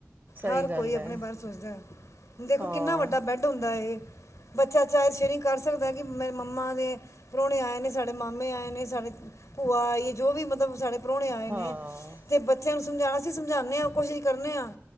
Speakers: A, on the right (about 40°); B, on the left (about 75°).
A: ਸਹੀ
B: ਹਰ
A: ਗੱਲ
B: ਕੋਈ ਆਪਣੇ
A: ਹੈ
B: ਬਾਰੇ ਸੋਚਦਾ ਹੈੁਣ ਦੇਖੋ
A: ਹਾਂ
B: ਕਿੰਨਾ ਵੱਡਾ ਬੈਡ ਹੁੰਦਾਏ ਬੱਚਾ ਚਾਹੇ ਸ਼ੇਅਰਿੰਗ ਕਰ ਸਕਦਾ ਬੀ ਮਾਮਾ ਦੇ ਪਰੌਣੇ ਆਏ ਨੇੇ ਸਾਡੇ ਮਾਮੇ ਆਏ ਨੇ ਸਾਡੇ ਭੂਆ ਆਈ ਜੋ ਵੀ ਮਤਲਬ ਸਾਡੇ ਪਰੌੁਣੇ ਆਏ
A: ਹਾਂ
B: ਨੇ ਅਤੇ ਬੱਚਿਆਂ ਨੂੰ ਸਮਝਾ ਅਸੀਂ ਸਮਝਾਣੇ ਹਾਂ। ਕੋਸ਼ਿਸ਼ ਕਰਨੇ ਹਾਂ